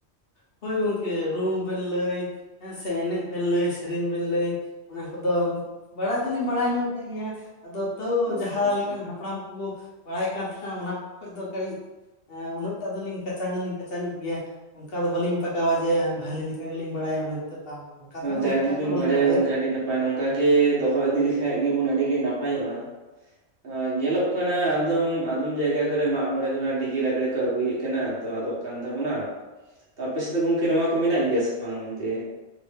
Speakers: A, on the left; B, on the right.
A: ᱦᱳᱭ ᱜᱚᱝᱠᱮ᱾ ᱨᱩ ᱵᱮᱱ ᱞᱟᱹᱭ ᱦᱮᱸ ᱥᱮ ᱮᱱᱮᱡ ᱵᱤᱱ ᱞᱟᱹᱭ, ᱥᱮᱨᱮᱧ ᱵᱤᱱ ᱞᱟᱹᱭ᱾ ᱚᱱᱟ ᱠᱚᱫᱚ ᱵᱟᱲᱟᱭ ᱫᱚᱞᱤᱧ ᱵᱟᱲᱟᱭ ᱧᱚᱜ ᱠᱟᱜ ᱜᱮᱭᱟ᱾ ᱟᱫᱚ ᱛᱚᱣ
B: ᱟᱪᱪᱷᱟ
A: ᱡᱟᱦᱟᱸ
B: ᱟᱪᱪᱷᱟ
A: ᱞᱮᱠᱟᱱ ᱦᱟᱯᱲᱟᱢ ᱠᱚᱵᱚ ᱵᱟᱲᱟᱭ ᱠᱟᱱ ᱛᱟᱦᱮᱸᱱᱟ ᱚᱱᱟ ᱠᱷᱚᱡ ᱫᱚ ᱠᱟᱹᱴᱤᱡ ᱮ ᱩᱱᱟᱹᱜ ᱴᱟᱜ ᱫᱚᱞᱤᱧ ᱠᱟᱪᱟ ᱫᱚᱞᱤᱧ ᱠᱟᱪᱟ ᱧᱚᱜ ᱜᱮᱭᱟ ᱾ ᱚᱱᱠᱟ ᱫᱚ ᱵᱟᱹᱞᱤᱧ ᱯᱟᱠᱟᱣᱟ ᱡᱮ ᱵᱷᱟᱹᱞᱤ ᱞᱮᱠᱟ ᱜᱮᱞᱤᱧ ᱵᱟᱲᱟᱭᱟ ᱢᱮᱱᱛᱮ ᱵᱟᱝ᱾ ᱚᱱᱠᱟ ᱫᱚ
B: ᱡᱟᱭᱜᱮᱵᱤᱱ
A: ᱩᱱᱟᱹᱜ ᱴᱟᱜ ᱫᱚ ᱵᱟᱹᱞᱤᱧ
B: ᱵᱟᱰᱟᱭᱟ
A: ᱵᱟᱲᱟᱭᱟ
B: ᱜᱚᱝᱠᱮ ᱟᱹᱰᱤ ᱱᱟᱯᱟᱭ, ᱱᱚᱝᱠᱟ ᱜᱮ ᱫᱚᱦᱚ ᱤᱫᱤ ᱞᱮᱠᱷᱟᱡ ᱜᱮᱵᱚᱱ ᱟᱹᱰᱤ ᱜᱮ ᱱᱟᱯᱟᱭᱚᱜᱼᱟ ᱾ ᱟᱹ ᱧᱮᱞᱚᱜ ᱠᱟᱱᱟ ᱟᱸᱫᱚᱢ ᱟᱫᱚᱢ ᱡᱟᱭᱜᱟ ᱠᱚᱨᱮ ᱢᱟᱜ ᱢᱚᱬᱮ ᱠᱚ ᱱᱟᱜ ᱰᱤᱡᱮ ᱞᱟᱸᱜᱽᱲᱮ ᱠᱚ ᱟᱹᱜᱩᱭᱮᱫ ᱠᱟᱱᱟ ᱾ ᱛᱚ ᱟᱫᱚᱜ ᱠᱟᱱ ᱛᱟᱵᱚᱱᱟᱚ ᱾ ᱛᱚ ᱟᱯᱮ ᱥᱮᱫ ᱫᱚ ᱜᱚᱝᱠᱮ ᱱᱚᱣᱟ ᱠᱚ ᱢᱮᱱᱟᱜ ᱜᱮᱭᱟ ᱥᱮ ᱵᱟᱝ ᱾ ᱡᱮ